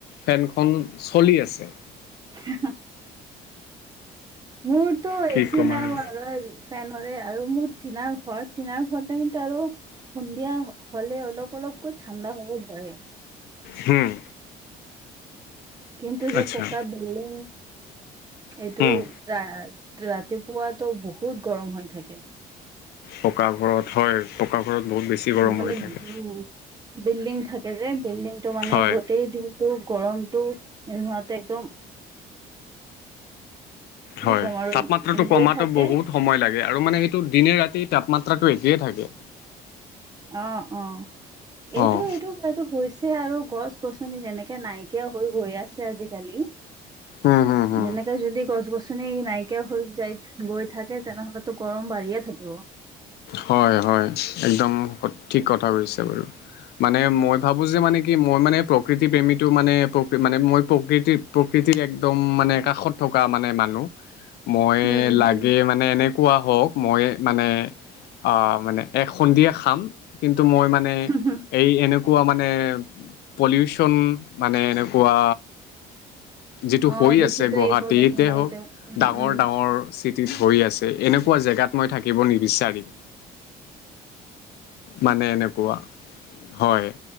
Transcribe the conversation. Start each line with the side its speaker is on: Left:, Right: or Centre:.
Left: ফেনখন চলি আছে।
Right: <unintelligible> মোৰতো
Left: কি
Right: এচি
Left: ক'ম
Right: নাই
Left: আৰু
Right: বাৰু ফেন হলে আৰু মোৰ টিনাৰ ঘৰ টিনাৰ ঘৰতে কিন্তু আৰু সন্ধিয়া হ'লে অলপ অলপকৈ ঠাণ্ডা হ'ব ধৰে।
Left: হম।
Right: কিন্তু যে
Left: আচ্ছা
Right: পকা বিল্ডিং এইটো
Left: উম
Right: ৰা ৰাতিপুৱাতো বহুত গৰম হৈ থাকে।
Left: পকা ঘৰত হয় পকা ঘৰত। বহুত বেছি গৰম
Right: মানে
Left: হৈ থাকে
Right: উম বিল্ডিং থাকে যে বিল্ডিংটো মানে
Left: হয়
Right: গোটেই দিনটো গৰমতটো সহঁতে একদম কি
Left: হয়
Right: ক'ম আৰু
Left: তাপমাত্ৰাটো কমাতো
Right: লৈ থাকে
Left: বহুত সময় লাগে আৰু মানে সেইটো দিনে ৰাতি তাপমাত্ৰাটো একেই থাকে।
Right: অ অ এইটো
Left: অ'
Right: এইটো এইটো হৈছে- ছে আৰু গছ গছনি যেনেকে নাইকিয়া হৈ গৈ আছে আজিকালি
Left: হুম হুম হুম
Right: এনেকে যদি গছ গছ ছনি নাইকিয়া হৈ যায় গৈ থাকে তেনেহলেতো গৰম বাঢ়িয়ে থাকিব।
Left: হয় হয় একদম সঠিক কথা কৈছে বাৰু। মানে মই ভাবো যে মানে কি মই মানে প্ৰকৃতি প্ৰেমীটো মানে প্ৰ মানে মই প্ৰকৃতি প্ৰকৃ তি একদম মানে কাষত থকা মানে মানুহ। মই
Right: উম,
Left: লাগে
Right: হম।
Left: মানে এনেকুৱা হওঁক মই মানে অহ মানে এক সন্ধিয়া খাম কিন্তু মই মানে
Right: হম
Left: এই এনেকুৱা এনেকুৱা মানে পলিউচন মানে এনেকুৱা যিটো
Right: অ',
Left: হৈ
Right: দূষিত
Left: আছে গুৱাহাটীতে
Right: এই প্ৰদূষণ এই
Left: হওঁক
Right: তেওঁ উম,
Left: ডাঙৰ
Right: উম,
Left: ডাঙৰ চিটিত হৈ আছে এনেকুৱা জেগাত মই থাকিব নিবিচাৰিম। মানে এনেকুৱা হয়।